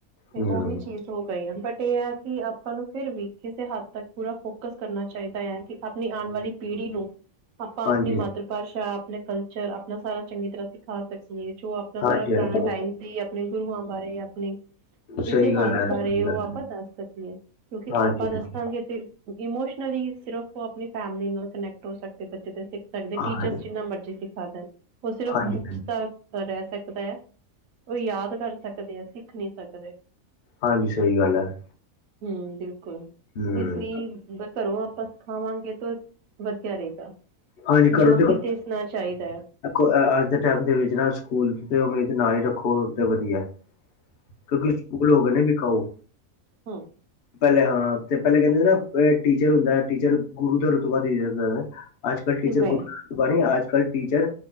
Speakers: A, on the right; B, on the left.
A: ਤੇ
B: ਹਮ
A: ਉਹੀ ਚੀਜ਼ ਹੋ ਗਈ ਆ ਬਟ ਇਹ ਹੈ ਕਿ ਆਪਾਂ ਨੂੰ ਫਿਰ ਵੀ ਕਿਸੇ ਹੱਦ ਤੱਕ ਪੂਰਾ ਫੋਕਸ ਕਰਨਾ ਚਾਹੀਦਾ ਹੈ ਕਿ ਆਪਣੀ ਆਉਣ ਵਾਲੀ ਪੀੜੀ ਨੂੰ ਆਪਾਂ
B: ਹਾਂਜੀ
A: ਆਪਣੀ ਮਾਤਰ ਭਾਸ਼ਾ ਆਪਣਾ ਕਲਚਰ ਆਪਣਾ ਸਾਰਾ ਚੰਗੀ ਤਰ੍ਹਾਂ ਸਿਖਾ ਸਕੀਏ ਜੋ ਆਪਣਾ
B: ਹਾਂਜੀ
A: ਸਾਰਾ ਪੁਰਾਣਾ
B: ਹਾਂਜੀ
A: ਟਾਈਮ ਸੀ ਆਪਣੇ ਗੁਰੂਆਂ ਬਾਰੇ ਆਪਣੀ ਇਤਿਹਾਸ
B: ਸਹੀ ਗੱਲ ਹੈ
A: ਬਾਰੇ
B: ਸਹੀ
A: ਉਹ
B: ਗੱਲ
A: ਆਪਾਂ
B: ਹੈ
A: ਦੱਸ ਸਕੀਏ ਕਿਉਂਕਿ
B: ਹਾਂਜੀ
A: ਆਪਾਂ ਦੱਸਾਂਗੇ
B: ਹਾਂਜੀ
A: ਤੇ ਇਮੋਸ਼ਨਲੀ, ਸਿਰਫ ਉਹ ਆਪਣੀ ਫੈਮਿਲੀ ਨਾਲ ਕਨੈਕਟ ਹੋ ਸਕਦੇ ਸਿੱਖ ਸਕਦੇ, ਟੀਚਰਸ
B: ਹਾਂਜੀ
A: ਜਿੰਨਾ ਮਰਜ਼ੀ ਸਿਖਾ ਦੇ ਉਹ ਸਿਰਫ
B: ਹਾਂਜੀ
A: ਬੁੱਕਸ
B: ਹਾਂਜੀ
A: ਦਾ ਰਹਿ ਸਕ ਉਹ ਯਾਦ ਕਰ ਸਕਦੇ ਆ, ਸਿੱਖ ਨੀ ਸਕਦੇ।
B: ਹਾਂਜੀ, ਸਹੀ ਗੱਲ ਹੈ।
A: ਹਮ ਬਿਲਕੁਲ,
B: ਹੂੰ,
A: ਇਸ ਲਈ ਘਰੋਂ ਆਪਾਂ ਸਿਖਾਵਾਂਗੇ ਤਾਂ ਵਧੀਆ ਰਹੇਗਾ,
B: ਹਾਂਜੀ ਕਰੋ
A: ਜੋ ਕਿ
B: ਦੇਖੋ
A: ਦਿੱਸਣਾ ਚਾਹੀਦਾ। ਹੈ
B: ਅੱਜ ਦੇ ਟਾਈਮ ਦੇ ਵਿੱਚ ਨਾ, ਸਕੂਲ ਤੋਂ ਉਮੀਦ ਨਾ ਹੀ ਰੱਖੋ ਤੇ ਵਧੀਆ। ਕਿਉਂਕਿ, ਸਕੂਲ ਹੋ ਗਂਏ ਨੇ ਵਿਕਾਊ।
A: ਹਮ
B: ਪਹਿਲੇ ਹਾਂ, ਤੇ ਪਹਿਲਾਂ ਕਹਿੰਦੇ ਨਾ ਟੀਚਰ ਹੁੰਦਾ ਟੀਚਰ ਗੁਰੂ ਦਾ ਰੁਤਬਾ ਦਿਯਾ ਜਾਂਦਾ ਅੱਜ ਕੱਲ ਟੀਚਰ
A: ਨਹੀਂ
B: ਗੁਰ ਬਾਰੇੀ <inaudible> ਆ ਟੀਚਰ